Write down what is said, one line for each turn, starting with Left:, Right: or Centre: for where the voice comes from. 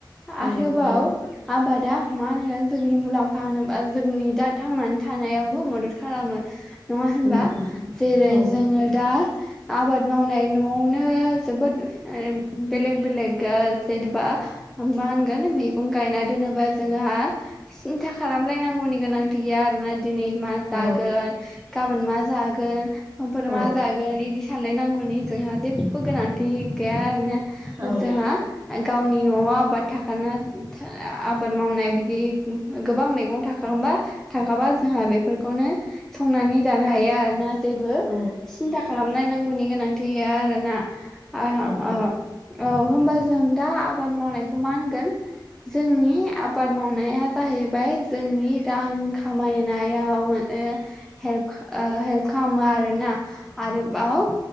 Right: औ
Centre: आहोबाव
Right: नंगौ
Centre: आबाद दा मा होनगोन जोंनि मुलाम फानोबा जोंनि दा थांनानै थानायावबो मदद खालामो नङा होनबा
Right: उम उम
Centre: जेरै
Right: औ
Centre: जोङो दा आबाद मावनाय न'आवनो जोबोद ओ बेलेग बेलेग ओ जेनेबा मा होनगोन मैगं गायना दोनोबा जोंहा था खालामलायनांगौनि गोनांथि गैया आरो ना दिनै मा जागोन
Right: औ
Centre: गाबोन मा जागोन समफोर
Right: औ
Centre: मा जागोन इदिस सानलायनांगौनि जोंहा जेबो गोनांथि गैया आर ना।
Right: औ
Centre: जोंहा गावनि न'आव आबाद थाखाना आबाद मावनाय बिदि गोबां मैगं थाखांबा थाखाबा जोंहा बेफोरखौनो संनानै जानो हायो आरोना। जेबो
Right: औ
Centre: सिन्था खालामनाय नांगौनि गोनांथि गैया आरोना। आ
Right: औ औ
Centre: अह। औ होमबा जों दा आबाद मावनायखौ मा होनगोन जोंनि आबाद मावनाया जाहैबाय जोंनि रां खामायनायाव म ओ हेल्प खा ओ हेल्प खालामो आरोना आरोबाव